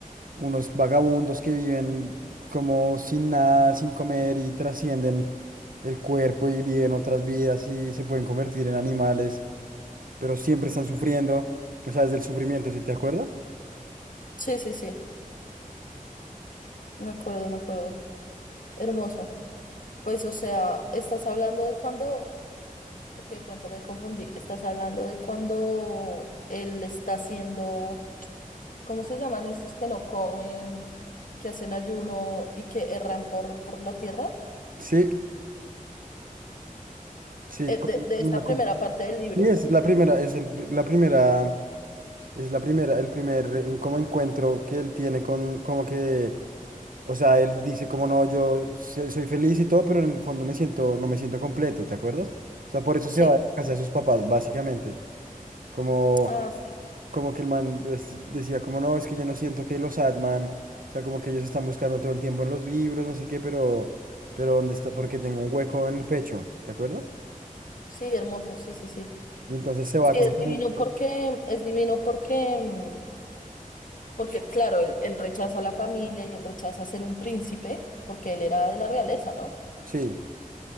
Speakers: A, on the right; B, on the left.
A: unos vagabundos que viven como sin nada, sin comer y trascienden el cuerpo y viven otras vidas y se pueden convertir en animales, pero siempre están sufriendo, o sea, desde el sufrimiento, ¿sí te acuerdas?
B: Sí, sí, sí. Me acuerdo, me acuerdo. Hermoso. Pues, o sea, estás hablando de cuando, porque de pronto me confundí, estás hablando de cuando él está haciendo ¿Cómo se llaman estos que no comen, que hacen ayuno y que erran por, por la tierra?
A: Sí, Sí,
B: Eh,
A: co-
B: de, de
A: una
B: esta primera
A: co-
B: parte del libro.
A: y es la primera, es el, pri- la primera, es la primera, el primer eh, como encuentro que él tiene con, como que, o sea, él dice como no, yo se- soy feliz y todo, pero en el fondo me siento, no me siento completo, ¿te acuerdas? O sea, por eso
B: Sí.
A: se va a casa de sus papás, básicamente, como,
B: Ah, sí.
A: como que el man des- decía como no, es que yo no siento que los Atman, o sea, como que ellos están buscando todo el tiempo en los libros, no sé qué, pero, pero dónde está, porque tengo un hueco en el pecho, ¿te acuerdas?
B: Sí, hermoso. Sí, sí, sí.
A: Y entonces se va
B: Sí,
A: con
B: es
A: su,
B: divino porque, es divino porque, mm, porque claro, él, él rechaza a la familia y él rechaza ser un príncipe, porque él era de la realeza, ¿no?
A: Sí,